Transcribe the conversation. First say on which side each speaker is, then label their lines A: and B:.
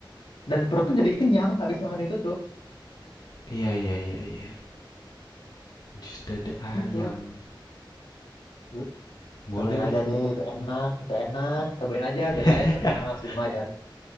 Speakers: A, on the left; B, on the left.
A: Dan perut tuh jadi kenyang habis makan itu tuh,
B: Iya iya iya iya. Jus dada ayam.
A: gitu. Lu Cobain
B: Boleh nih.
A: aja deh, itu enak, itu enak. Cobain aja dada
B: <laughs>
A: ayam tapi mahal sih lumayan.